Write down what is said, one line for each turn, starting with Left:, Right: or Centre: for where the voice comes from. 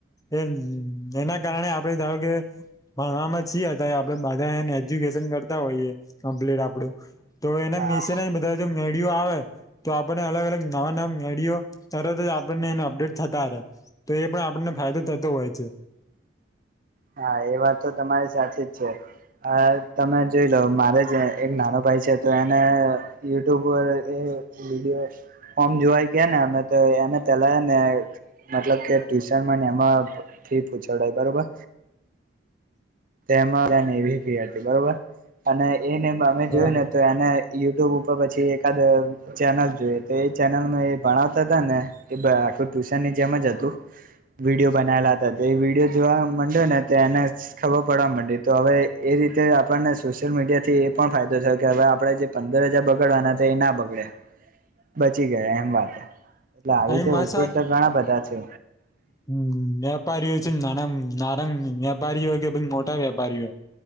Left: એ એના કારણે આપે ધારો કે ભણવામાં છી હતા આપડે બધાને એજ્યુકેશન કરતા હોઈએ, કમ્પ્લીટ આપડું. તો એને
Right: હા
Left: મસીને બધા જો મેળિયું આવે. તો આપણને અલગ અલગ નવા નવા વિડયો તરત જ આપણને એને અપડેટ થતા રહે. તો એ પણ આપણને ફાયદો થતો હોય છે.
Right: હા એ વાત તો તમારી સાથે જ છે. હ તમે જોઈ લો મારે જ એક નાનો ભાઈ છે તો એને યુટ્યુબ વ એ વીડયો ફમ જોવાઈ ગયા ને અમે તો એને પેલા ને. મતલબ કે ટ્યુશન ને એમાં ફી પૂછડાય બરોબર. તેમાંને એવી ફી હતી બરોબર, અને એને અમે જોયું
Left: બરાબર
Right: ને તો એને યુટ્યુબ ઉપર પછી એકાદ ચેનલ જોઈએ તો એ ચેનલમાં એ ભણાવતા હતા ને, કે આખું ટ્યુશન ની જેમ જ હતું. વિડીયો બનાવેલા હતા તો એ વિડીયો જોવા માંડ્યો ને તો એને ખબર પડવા માટે તો હવે એ રીતે આપણને સોશિયલ મીડિયાથી એ પણ ફાયદો થયો કે હવે આપણે જે પંદર હજાર બગાડવાના તો એ ના બગડે, બચી ગયા એમ વાત. એટલે આવી
Left: આ
Right: રીતે
Left: વાત
Right: ઉપયોગ તો ઘણા બધા છે.
Left: હમ વેપારીઓ છે નાના નાના વેપારીઓ કે ભ મોટા વેપારીઓ.